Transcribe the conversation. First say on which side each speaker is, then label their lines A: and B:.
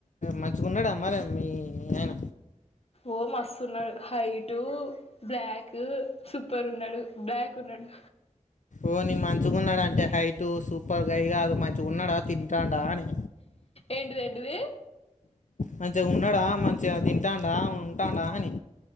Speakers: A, on the left (about 70°); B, on the left (about 50°).
A: మంచిగా ఉన్నాడా మరే మీ ఆయన
B: ఓ మస్తున్నడు హైట్ హైటు బ్లాక్ సూపర్ ఉన్నాడు. బ్లాక్ ఉన్నాడు
A: పోనీ మంచిగా ఉన్నాడు అంటే హైట్ సూపర్ గై కాదు మంచి చున్నాడా తింటాడా అని
B: ఏంటిది ఏంటిది
A: మంచిగా ఉన్నాడా మంచిగా తింటాడా ఉంటాడా అని